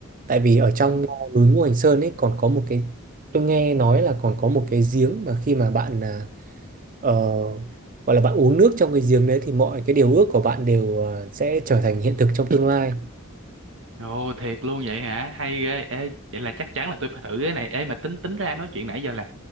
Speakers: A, on the right (about 40°); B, on the right (about 65°).
A: Tại vì ở trong
B: ừ.
A: à, núi Ngũ Hành Sơn ấy còn có một cái tôi nghe nói là còn có một cái giếng mà khi mà bạn à, ờ, gọi là bạn uống nước trong cái giếng đấy thì mọi cái điều ước của bạn đều à, sẽ trở thành hiện thực trong tương lai.
B: ồ thiệt luôn vậy hả hay ghê ê vậy là chắc chắn là tôi phải thử cái này ê mà tính tính ra nói chuyện nãy giờ là